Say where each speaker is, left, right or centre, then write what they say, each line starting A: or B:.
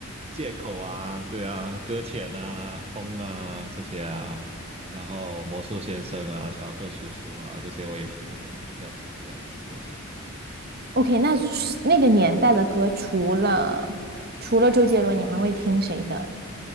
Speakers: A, on the right; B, on the right.
A: 借口啊，对啊，搁浅啊，风啊这些啊，然后魔术先生啊，乔克叔叔啊这些我也听啊，不知道不知道你听不听？
B: OK，那那个年代的歌，除了除了周杰伦，你还会听谁的？